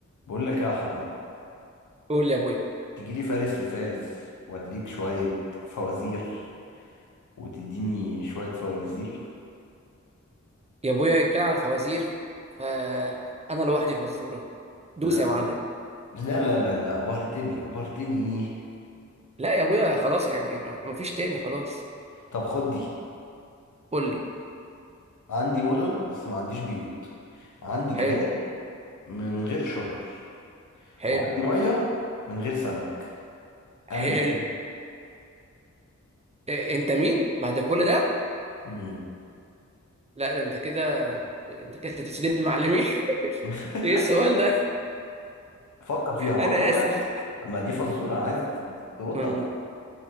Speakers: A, on the left; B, on the right.
A: بقول لك يا حمو
B: قول لي يا ابويا
A: تجي لي فارس لفارس واديك شوية فوازير وتديني شوية فوازير
B: يا ابويا ان كان على الفوازير فانا لوحدي فزوره دوس
A: لا
B: يا معلم
A: لا لا لا لا أبهرتني أبهرتني إيه
B: لا يا ابويا خلاص يعني مفيش تاني خلاص
A: طب خد دي
B: قول لي
A: عندي مدن بس ما عنديش بيوت عندي
B: حلو
A: جبال من غير شجر
B: حلو
A: وعندي مية من غير سمك
B: حلو
A: أنا مين؟
B: إيه انت مين بعد كل ده
A: مم.
B: لا ده انت كده انت كده تسديد المعلمين
A: <laughs>
B: <laughs> ايه السؤال ده
A: فكر فيها فكر
B: انا
A: فيها
B: اسف
A: ما دي فزورة أنا عايزك ترد
B: أم،
A: عليها